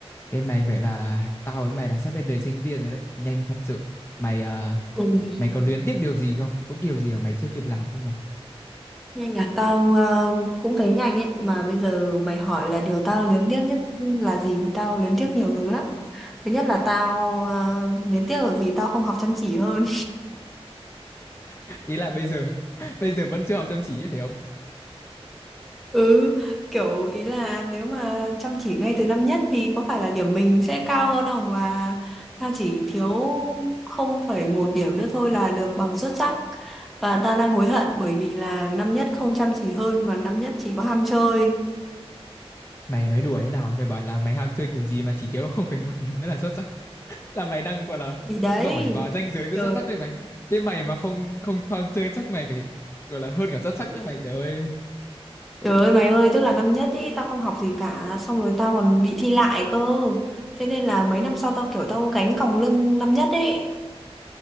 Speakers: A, on the left (about 25°); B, in the centre.
A: Ê mày vậy là tao với mày là sắp bên đời sinh viên rồi đấy, nhanh thật sự. Mày à,
B: Ừ,
A: mày có luyến tiếc điều gì không? Có kiểu gì mà mày chưa kịp làm không mày?
B: nhanh à tao ờ, cũng thấy nhanh ấy mà bây giờ mày hỏi là điều tao luyến tiếc nhất là gì thì tao luyến tiếc nhiều thứ lắm thứ nhất là tao ờ, luyến tiếc bởi vì tao không học chăm chỉ hơn
A: <laughs> Ý là bây giờ <laughs> bây giờ vẫn chưa học chăm chỉ ấy, phải không?
B: <laughs> ừ kiểu ý là nếu mà chăm chỉ ngay từ năm nhất thì có phải là điểm mình sẽ cao hơn không và tao chỉ thiếu không phẩy một điểm nữa thôi là được bằng xuất sắc và tao đang hối hận bởi vì là năm nhất không chăm chỉ hơn và năm nhất chỉ có ham chơi
A: Mày nói đùa thế nào? Mày bảo là mày ham chơi kiểu gì mà chỉ thiếu không phải một điểm nữa là xuất sắc. Là mày đang gọi là
B: thì đấy
A: giỏi và ranh giới giữa
B: trời
A: xuất sắc đấy mày. Thế mày mà không không chọn chơi chắc mày phải gọi là hơn cả xuất sắc nữa mày trời ơi.
B: Trời ơi mày ơi, tức là năm nhất ý, tao không học gì cả, xong rồi tao còn bị thi lại cơ. Thế nên là mấy năm sau tao kiểu tao gánh còng lưng năm nhất ấy.